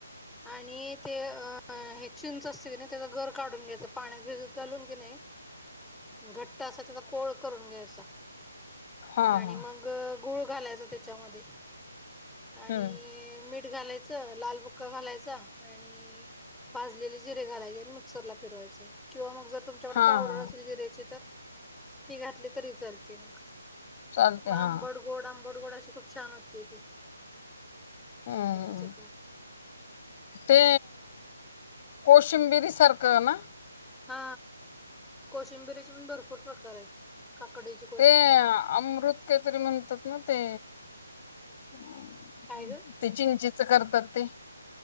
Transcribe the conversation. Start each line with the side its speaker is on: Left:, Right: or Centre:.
Centre: आणि ते अ हे चिंच असते की न्हाय त्याचा गरकाढून घ्यायचं पाण्यात भिजत घालून की नाही. घट्ट असा त्याचा कोळ करून घ्यायचा
Left: हा
Centre: आणि
Left: हा
Centre: मग ग गुळ घालायचा त्याच्यामध्ये आणि
Left: हम्म
Centre: मीठ घालायच लाल बुक्का घालायचा आणि भाजलेले जिरे घालायचे आणि मिक्सर ला फिरवायच किंवा मग जर तुमच्याकड
Left: हा
Centre: पावडर
Left: हा
Centre: असेल जिऱ्याची तर ती घातली तरी चालते मग
Left: चालते
Centre: म आंबट
Left: हा
Centre: गोड आंबट गोड अशी खूप छान होते
Left: हम्म
Centre: त्याची चट
Left: ते कोशिंबिरी सारखं ना?
Centre: हा कोशिंबिरीचे पण भरपूर प्रकार आहेत. काकडीचे
Left: ते अमृत काहीतरी म्हणतात ना ते हम्म.
Centre: काय ग
Left: ते चिंचच करतात ते